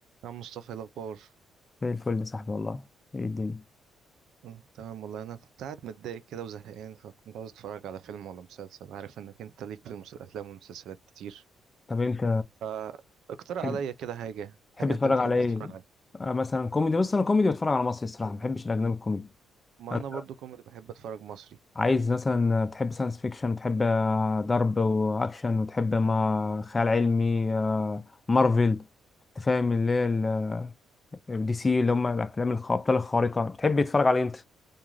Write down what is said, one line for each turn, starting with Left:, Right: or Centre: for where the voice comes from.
Right: يا مصطفى إيه الأخبار
Left: زي الفل يا صاحبي والله ايه الدنيا
Right: أمم، تمام والله أنا كنت قاعد متضايق كده وزهقان فكنت عاوز أتفرج على فيلم ولا مسلسل عارف إنك أنت ليك في المس- الأفلام والمسلسلات كتير
Left: طب انت
Right: فاقترح
Left: تحب
Right: عليا كده حاجة
Left: تحب
Right: حاجة
Left: تتفرج
Right: أنت بتحب
Left: على ايه
Right: تتفرج عليها
Left: آه مثلا كوميدي بس انا كوميدي بتفرج على مصري الصراحه ما بحبش الاجنبي الكوميدي
Right: ما
Left: أنت
Right: أنا برضو كوميدي بحب أتفرج مصري
Left: عايز مثلا تحب ساينس فيكشن وتحب آه، ضرب واكشن وتحب ما خيال علمي آه، مارفل انت فاهم اللي هي ال- دي سي اللي هم الافلام الخ- الابطال الخارقه بتحب تتفرج على إيه انت